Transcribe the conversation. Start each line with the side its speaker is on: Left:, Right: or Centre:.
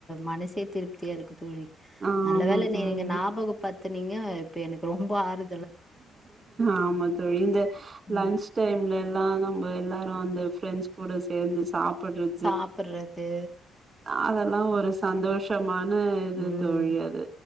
Centre: மனசே திருப்தியா இருக்கு தோழி
Right: ஆமா
Centre: நல்ல வேல
Right: தோழி
Centre: நீங்க நாபகப்படுத்துனீங்க இப்ப எனக்கு ரொம்ப ஆறு
Right: ஆமா தோழி இந்த லன்ச்
Centre: ம்
Right: டைம்ல எல்லா நம்ப எல்லாரு அந்த ஃப்ரன்ட்ஸ் கூட சேந்து சாப்பட்றது
Centre: சாப்புறது
Right: அதெல்லா ஒரு சந்தோஷமான இது
Centre: ம்
Right: தோழி அது